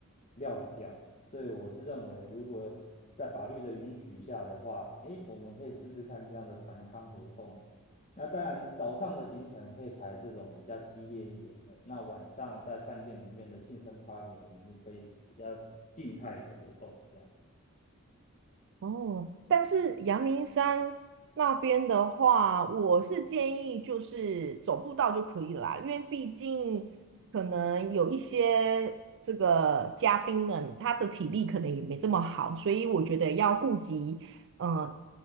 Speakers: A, on the left; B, on the right.
A: 料理掉，所以我是认为，如果在法律的允许下的话，诶，我们可以试试看这样的团康活动。那当然，早上的行程可以排这种比较激烈一点的，那晚上在饭店里面的庆生 party，我们就可以比较静态的活动。这样，
B: 哦，但是阳明山那边的话，我是建议就是走步道就可以啦，因为毕竟可能有一些这个嘉宾们，他的体力可能也没这么好，所以我觉得要顾及嗯